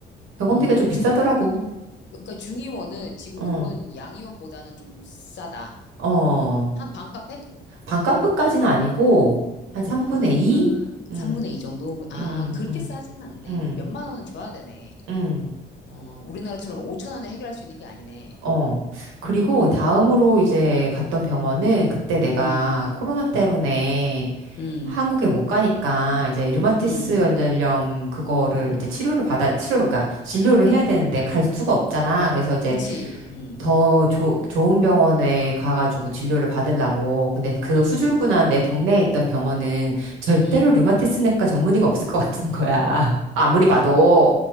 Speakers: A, on the right; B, on the left.
A: 병원비가
B: 어,
A: 좀 비싸더라고.
B: 중, 그러니까 중의원은 지금
A: 어,
B: 요런 양의원보다는 좀 싸다.
A: 어.
B: 한 반값에?
A: 반값까지는 아니고, 한
B: 아,
A: 3분의 2? 음,
B: 3분의 2 정도? 아,
A: 음,
B: 그렇게
A: 음,
B: 싸진 않네.
A: 음,
B: 그럼 몇만 원은 줘야 되네.
A: 음.
B: 어, 우리나라처럼 5천 원에 해결할 수 있는 게 아니네.
A: 어. 그리고
B: 음,
A: 다음으로 이제 갔던 병원은 그때 내가
B: 음.
A: 코로나 때문에
B: 음,
A: 한국에 못 가니까 이제 류마티스
B: 음,
A: 관절염 그거를 이제 치료를 받아, 치료, 그러니까 진료를 해야 되는데 갈 수가 없잖아. 그래서 이제
B: 그치, 음,
A: 더 조, 좋은 병원에 가가지고 진료를
B: 음,
A: 받으려고. 근데 그
B: 음,
A: 후줄근한 내 동네에 있던 병원은 절대로
B: 음,
A: 류마티스 내과 전문의가 없을 것 같은 거야. <laughs> 아무리 봐도.